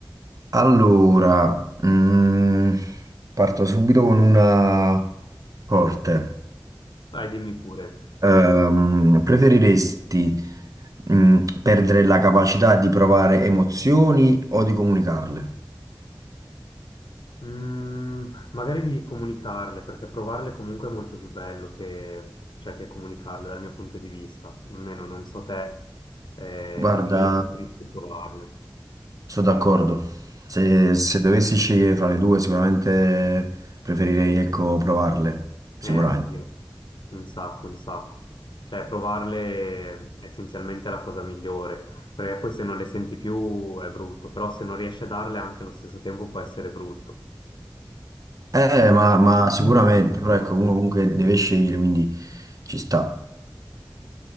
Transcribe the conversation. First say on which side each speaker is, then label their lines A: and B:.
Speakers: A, on the right (about 45°); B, on the left (about 70°).
A: Allora, mm, parto subito con una forte.
B: Vai, dimmi pure.
A: Ehm, preferiresti, mm, perdere la capacità di provare emozioni o di comunicarle?
B: Mm, magari di comunicarle, perché provarle comunque è molto più bello che, cioè, che comunicarle dal mio punto di vista. Almeno non so te, eh,
A: Guarda,
B: però io preferisco provarle.
A: sono d'accordo. Se,
B: Mm.
A: se dovessi scegliere fra le due, sicuramente preferirei, ecco, provarle. Sicuramente.
B: Eh, anch'io, un sacco, un sacco. Cioè, provarle è essenzialmente la cosa migliore, perché poi se non le senti più è brutto, però se non riesci a darle anche allo stesso tempo può essere brutto.
A: Eh,
B: Mm.
A: ma, ma sicuramente,
B: Difficile.
A: però ecco, uno comunque deve scegliere, quindi ci sta.